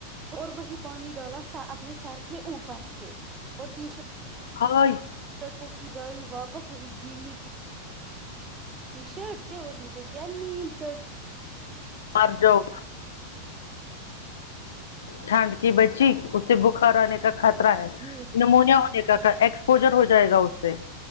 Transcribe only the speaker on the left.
ہایی
مر جاو ٹھنڈ کی بچی اسے بخار آنے کا خطرہ ہے
نمونیا ہونے کا ایکسپوجر ہو جائے گا اس سے